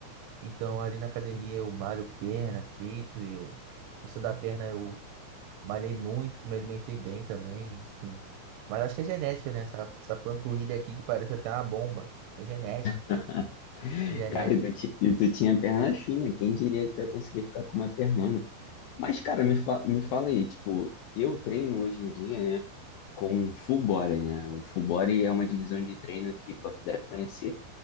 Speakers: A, on the right; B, on the left.
A: Então, ali na academia eu malho perna, peito, eu... Questão da perna eu malhei muito, me alimentei bem também, enfim. Mas acho que é genética, né? Essa, essa panturrilha aqui que parece até uma bomba. É genética,
B: <laughs>
A: cara. É genética.
B: Cara, e tu, ti- e tu tinha perna fina, quem diria que tu ia conseguir ficar com uma pernona? Mas, cara, me, fa me fala aí, tipo, eu treino hoje em dia, né, com full body, né? O full body é uma divisão de treino que pô, tu deve conhecer